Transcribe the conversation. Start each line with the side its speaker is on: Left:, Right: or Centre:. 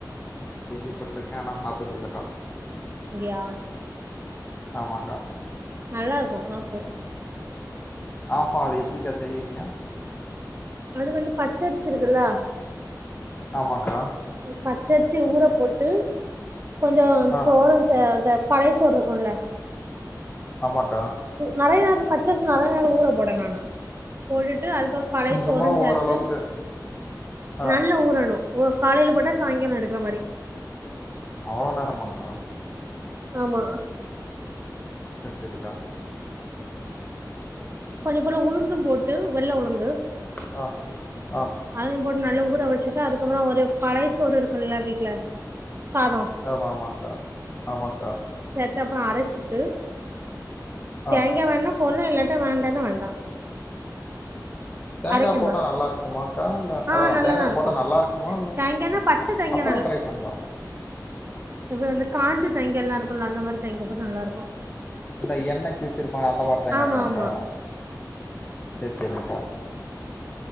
Left: கேள்விப்பட்ருக்கே ஆனா சாப்டது இல்லக்கா
Right: ங்யா
Left: ஆமாக்கா
Right: நல்லா இருக்கூ ஆப்போ
Left: ஆப்பம் அத எப்டிக்கா செய்விங்க
Right: அது வந்து பச்சரிசி இருக்குல்ல
Left: ஆமாக்கா
Right: பச்சரிசிய ஊற போட்டு கொஞ்சோ
Left: ஆ
Right: சோளம் சே சே பழையச்சோறு இருக்குல
Left: ஆமாக்கா
Right: நெறைய நேர பச்சரிசி நெறைய நேர ஊற போட வேணா போட்டு ட்டு அதுக்கப்புற பழையசோறு
Left: கொஞ்ச சும்மா
Right: சேத்து
Left: ஓரளவுக்கு ஆ
Right: நல்ல ஊறணு ஓ காலைல போட்டா சாயங்கால எடுக்குற மாரி
Left: அவ்ள நேரமாங்க்கா
Right: ஆமா
Left: சர் சரிக்கா
Right: கொஞ்சம் போல உளுந்தும் போட்டு வெள்ள உளுந்து
Left: ஆ ஆ
Right: அதையு போட்டு நல்ல ஊற வெச்சுட்டு அதுக்கப்புற ஒரு பழையச்சோறு இருக்குல்ல வீட்ல சாதோ
Left: அ மாமாக்கா ஆமாக்கா
Right: தெப்றா அரச்சிட்டு
Left: ஆ
Right: தேங்கெ வேண்ணப் ஒன்னு இல்லட்ட வேண்டனா வேண்டா
Left: தேங்கா
Right: அரைக்கம்ப
Left: போட்டா நல்லார்க்குமாங்கா இல்ல
Right: ஆ
Left: அதா
Right: நல்லாதா
Left: தேங்கா
Right: இருக்கு
Left: போட்டா நல்லார்க்குமா இல்ல
Right: தேங்கானா பச்ச தேங்கா
Left: அப்புறொ ட்ரை பண்லா
Right: துபே வந்து காஞ்சி தேங் எல்லா இருக்குல்ல அந்த மரு தேங்க போட் நல்லாருக்கு
Left: அந்த எண்ணெய்க்கு வச்சிருப்பானே அந்த மாரி தேங்காங்களாக்கா
Right: ஆம ஆமா
Left: சேரி சேரிங்க்கா